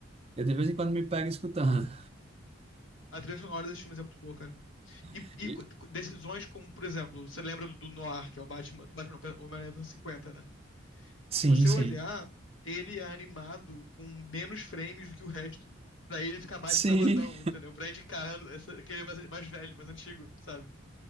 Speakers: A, on the right (about 30°); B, on the left (about 75°).
A: eu de vez em quando me pego escutando.
B: A trilha sonora desses filmes é muito boa, cara.
A: <laughs>
B: E, e
A: E-
B: co- decisões como, por exemplo, você lembra do, do Noir, que é o Batman, o Batman, não, o Homem-Aranha dos anos 50, né?
A: Sim,
B: se você
A: sim.
B: olhar, ele é animado com menos frames do que o resto. Pra ele ficar mais
A: Sim,
B: travadão, entendeu? Pra indicar essa, que ele é mais, mais velho, mais antigo, sabe?